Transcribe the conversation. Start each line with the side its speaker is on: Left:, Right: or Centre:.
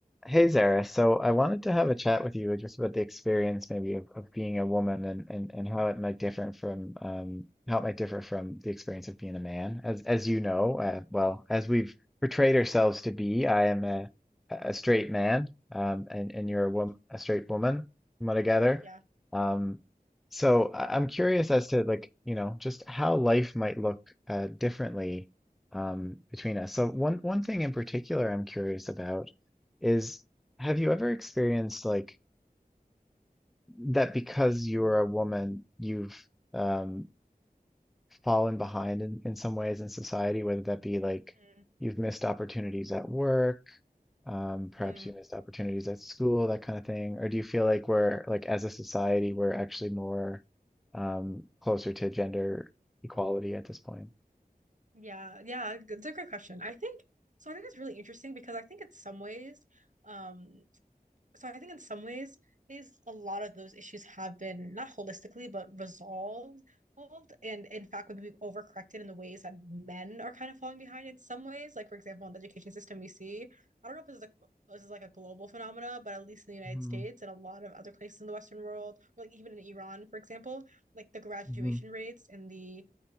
Centre: Hey Zara, so I wanted to have a chat with you just about the experience maybe of, of being a woman and, and, and how it might differ from um, how it might differ from the experience of being a man. As as you know, uh, well, as we've portrayed ourselves to be, I am a, a straight man, um, and, and you're a
Right: Mhm.
Centre: woman, a straight woman, from what I gather.
Right: Yeah.
Centre: Um, so I- I'm curious as to like, you know, just how life might look uh, differently um, between us. So one one thing in particular I'm curious about is have you ever experienced like that because you're a woman, you've um, fallen behind in, in some ways in society, whether that be like
Right: Mm,
Centre: you've missed opportunities at work, um, perhaps
Right: mm.
Centre: you missed opportunities at school, that kind of thing? Or do you feel like we're like as a society, we're actually more um, closer to gender equality at this point?
Right: Yeah. Yeah. g- It's a great question. I think so. I think it's really interesting because I think in some ways, um, so I think in some ways is a lot of those issues have been not holistically but resolved. And in fact, maybe we've overcorrected in the ways that men are kind of falling behind in some ways. Like, for example, in the education system, we see, I don't know if this is a, this is like a global phenomena, but at least in the United
Centre: Mm-hmm.
Right: States and a lot of other places in the Western world, or like even in Iran, for example, like the graduation
Centre: Mm-hmm.
Right: rates and the